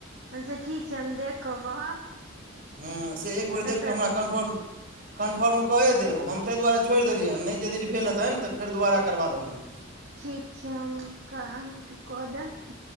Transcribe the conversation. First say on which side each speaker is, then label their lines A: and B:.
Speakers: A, on the right; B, on the right.
A: अच्छा ठिक छै हम देख कऽ कहब।
B: हुं से एक
A: कहतै
B: बेर देखि
A: फेर
B: कऽ हमरा कन्फर्म कन्फर्म क ए देब हम तै दुआरे छोड़ि देलियैन, नै जदि भेल हेतनि तऽ फेर दोबारा करबा देबनि।
A: ठीक छै हम अहांके कऽ देब।